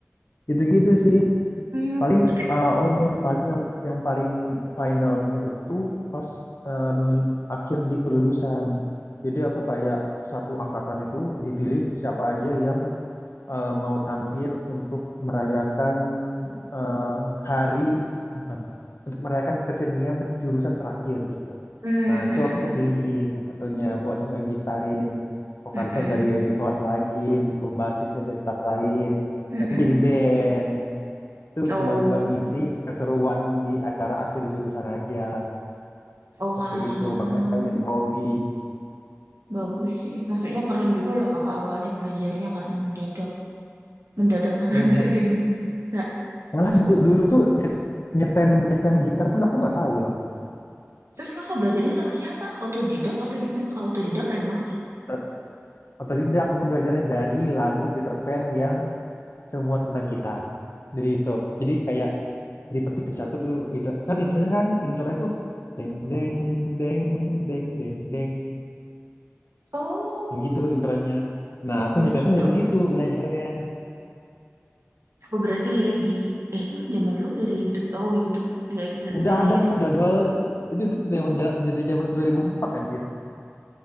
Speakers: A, on the left (about 65°); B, on the right (about 75°).
A: gitu gitu sih
B: hmm,
A: Paling
B: tapi,
A: uh, oh iya, paling yang yang paling finalnya itu pas uh, men- akhir di kelulusan. Jadi aku kayak satu angkatan itu dipilih siapa aja yang uh, mau tampil untuk merayakan uh, hari bukan untuk merayakan kesenian jurusan terakhir gitu.
B: hmm,
A: Nah, itu
B: hmm,
A: aku kepilih salah satunya buat ngegitarin vokalisnya
B: hmm, hmm,
A: dari kelas lain gitu, basisnya dari kelas lain.
B: hmm,
A: Nah, itu
B: hmm.
A: jadi band itu
B: Oh,
A: cuman buat ngisi keseruan di acara akhir jurusan aja
B: oh
A: waktu
B: alah,
A: itu makanya sekarang jadi hobi
B: bagus sih. Maksudnya keren juga loh kakak awalnya belajarnya karena mendadak, mendadak karena
A: iya kan
B: gak ada
A: ya
B: yang bisa
A: malah
B: suka
A: dulu
B: nggak
A: dulu
B: boleh.
A: tuh nyet- nyetem nyetem gitar pun aku nggak tahu loh
B: Terus kakak belajarnya sama siapa? Autodidak atau gimana? Kalau autodidak keren banget sih.
A: Ot- otodidak aku belajarnya dari lagu Peter Pan yang semua tentang kita dari itu jadi kayak dipetik
B: Nah,
A: satu gitu kan intronya kan intronya tuh deng deng deng deng deng deng
B: Oh,
A: yang gitu intronya nah aku
B: oh
A: nyetemnya
B: tahu tahu.
A: dari situ belajarnya
B: Aku berarti lihat di eh, emang zaman dulu udah ada YouTube. Oh, YouTube. Iya, benar
A: Udah
B: udah ada
A: ada
B: YouTube.
A: dodol itu itu zaman jera- jadi zaman 2004 anjir.